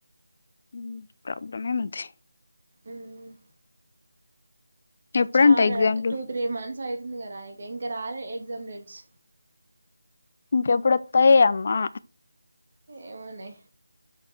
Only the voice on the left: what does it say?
హ్మ్ ప్రాబ్లమ్ ఏమ్ముంద్
ఎప్పుడంట
ఎగ్జామ్లు
ఇంకెప్పుడోస్తాయ్ అమ్మా